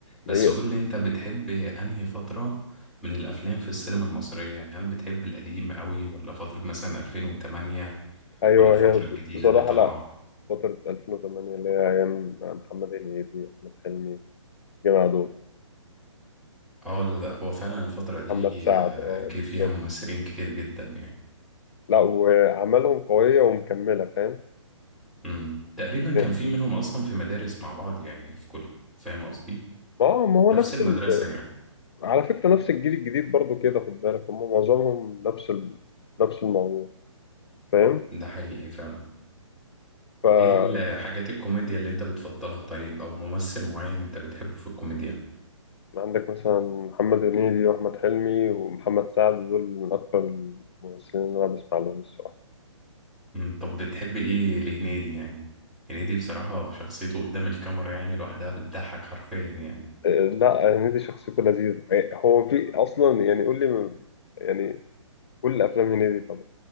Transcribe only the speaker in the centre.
بس
قول لي انت بتحب انهي فتره من الافلام في السينما المصريه يعني هل بتحب القديم قوي ولا فتره مثلا 2008
ولا الفتره
الجديده
اللي طالعه
اه لا هو فعلا الفتره دي
آه،
جه
فيها ممثلين كتير جدا يعني
امم تقريبا كان
في منهم اصلا في مدارس مع بعض يعني في كل فاهم قصدي
نفس المدرسه
يعني
ده حقيقي فعلا
ايه الحاجات الكوميديا اللي انت بتفضلها طيب او ممثل معين انت بتحبه في الكوميديا
مم، طب بتحب ايه لهنيدي يعني هنيدي بصراحة شخصيته قدام الكاميرا يعني لوحدها بتضحك حرفيا يعني